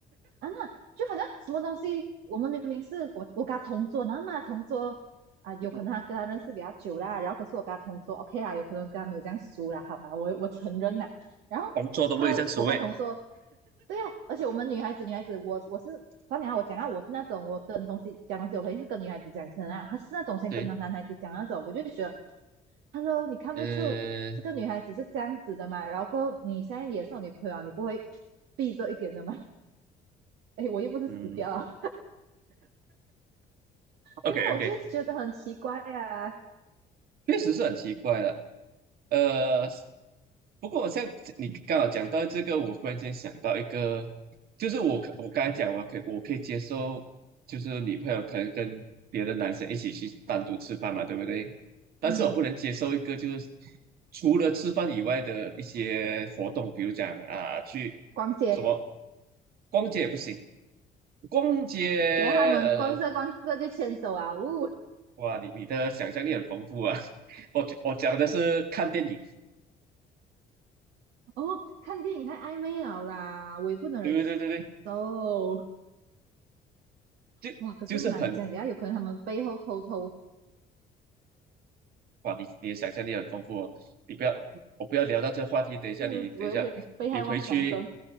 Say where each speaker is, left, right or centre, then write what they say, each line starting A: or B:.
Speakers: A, on the right; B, on the right.
A: 啊，那就好像什么东西，我们明明是我我跟他同桌，然后那同桌啊，有可能他跟他认识比较久啦，
B: 嗯，
A: 然后可是我跟他同桌，OK 啦，有可能跟他没有这样熟啦，好吧，我我承认啦。然后他我跟他同桌，
B: 工作都不会正所谓。
A: 对呀、而且我们女孩子，女孩子，我我是，算你啊我讲啊，我是那种我跟东西讲东西，我肯定是跟女孩子讲先啊，她是那种先跟男男孩子讲那种，
B: 对，
A: 我就觉得，Hello，你看不出这个女孩子是这样子的嘛？
B: 嗯
A: 然后你现在也是我女朋友啊你不会避着一点的嘛？<laughs> 哎，我又不是死掉了，
B: 嗯，OK
A: 所以我就觉得很奇怪啊。
B: OK，确实是很奇怪的。呃，不过像你刚好讲到这个，我忽然间想到一个，就是我可我刚才讲，我可以我可以接受，就是女朋友可能跟别的男生一起去单独吃饭嘛，对不对？但是我不能接受一个就是
A: 嗯，
B: 除了吃饭以外的一些活动，比如讲啊、去
A: 逛街，
B: 什么逛街也不行，逛街
A: 等下他们逛着逛着就牵手啊，
B: 呃，
A: 呜、
B: 哇，你你的想象力很丰富啊。<laughs> 我我讲的是看电影。
A: <laughs> 哦，看电影太暧昧了啦，我也不能忍
B: 对对对对，
A: 受。
B: 就就是很
A: 哇，可是难讲，等下有可能他们背后偷偷
B: 哇，你你的想象力很丰富哦。你不要，我不要聊到这个话题。等一下你，
A: 是我有点被害妄想症。
B: 等一下，你回去，